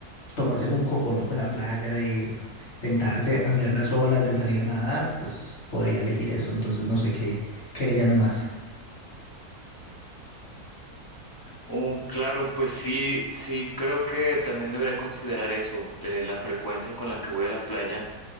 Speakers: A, on the left; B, on the left.
A: tomarse un cocoloco en la playa, de sentarse a mirar las olas, de salir a nadar, pues podría elegir eso. Entonces no sé qué, qué le llame más.
B: Oh, claro, pues sí, sí, creo que también debería considerar eso, eh, la frecuencia con la que voy a la playa,